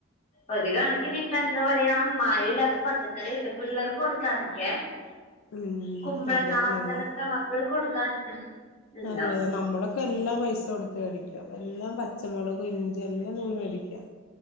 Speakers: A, on the left; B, on the left.
A: ഒരു കണക്കിനിയിപ്പന്താ പറയാ മായ ഇല്ലാത്ത പച്ചക്കറി കിട്ടും പിള്ളേർക്ക് കൊടുക്കാനൊക്കെ
B: <inaudible> ഉം
A: കുമ്പളങ്ങ
B: അതെ
A: മത്തനൊക്കെ
B: നമ്മള്
A: മക്കൾ കൊടുക്കാൻ ഉണ്ടാവും
B: നല്ലതാ നമ്മള് ക്കെല്ലാം പൈസടുത്ത് വേടിക്കാം എല്ലാം പച്ചമുളക് ഇഞ്ചി എല്ലാം ങ്ങള് വേ ടിക്കാ